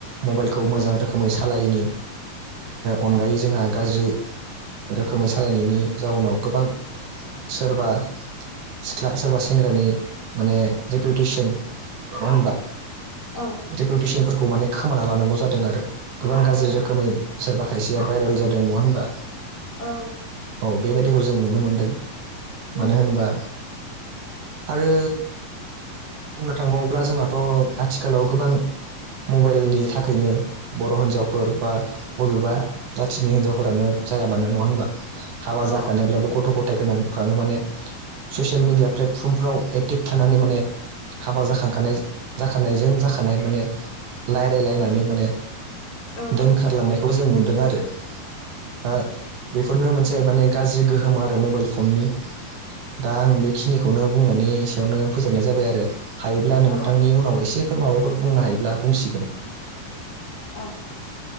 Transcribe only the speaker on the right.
मबाइलखौ मोजां रोखोमै सालायैनि अनगायै जोंहा गाज्रि रोखोमै सालायनायनि जाउनाव गोबां सोरबा सिख्ला सोरबा सेंग्रानि माने रेपुटेसन नङा होमबा?
रिपुटेसनफोरखौ माने खोमाना लानांगौ जादों आरो गोबां गाज्रि
रोखोमै सोरबा खायसेया भाइरेल जादों नङा होमबा?
औ बेबायदिखौ जों नुनो मोनदों
मानो होनोबा आरो बुंनो थांबावोब्ला जोंहाथ' आथिखालाव गोबां मबाइलनि थाखायनो बर' हिनजावफोर बा बबेबा जाथिनि हिनजावफोरानो जाया मानो नङा होमबा? हाबा
जाखानायब्लाबो गथ' गथाय गोनांफ्रानो माने ससियेल मिडिया प्लेट फ्रमफ्राव एक्टिभ थानानै माने हाबा जाखांखानाय जाखानायजों जाखानाय माने रायज्लायलायनानै माने
दोनखारलांनायखौ जों नुदों आरो दा बेफोरनो मोनसे माने गाज्रि गोहोम आरो मबाइल फननि दा आं बेखिनिखौ खौनो बुंनानै एसेयावनो फोजोबनाय जाबाय आरो हायोब्ला नोंथांनि
उनाव एसे फोर माबाफोर बुंनो हायोब्ला बुंसिगोन।